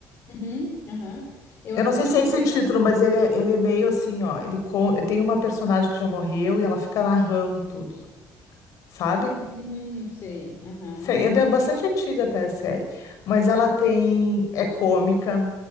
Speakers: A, on the left (about 40°); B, on the left (about 60°).
A: Uhum, aham. Eu
B: Eu
A: assisti
B: não sei se é esse
A: bem
B: título,
A: pouquinho.
B: mas ele é, ele é meio assim, ó. Ele con- tem uma personagem que já morreu e ela fica narrando tudo, sabe?
A: Hum, sei, aham.
B: Sei, É ba- bastante antiga até a série, mas ela tem é cômica,